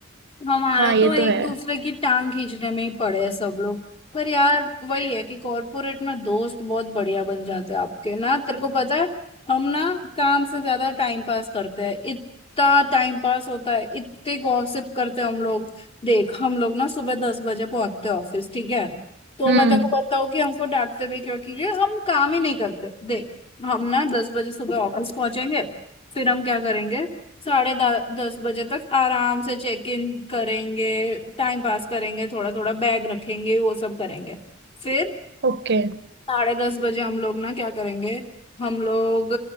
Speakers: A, on the left; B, on the right.
A: हमारे
B: हाँ ये
A: तो एक
B: तो है
A: दूसरे की टांग खींचने में ही पड़े हैं सब लोग पर यार वही है कि कॉर्पोरेट में दोस्त बहुत बढ़िया बन जाते हैं आपके ना तेरे को पता है हम ना काम से ज्यादा टाइम पास करते हैं इतना टाइम पास होता है इतने गॉसिप करते हैं हम लोग देख हम लोग ना सुबह दस बजे पहुंचते हैं ऑफिस ठीक है तो
B: हम्म
A: मैं तेरे को बताऊँ कि हमको डांटते भी क्यों क्योंकि हम काम ही नहीं करते देख हम ना दस बजे सुबह ऑफिस पहुंचेंगे फिर हम क्या करेंगे साढ़े दा- दस बजे तक आराम से चेक इन करेंगे टाइम पास करेंगे थोड़ा थोड़ा बैग रखेंगे वो सब करेंगे फिर
B: ओके
A: साढ़े दस बजे हम लोग ना क्या करेंगे हम लोग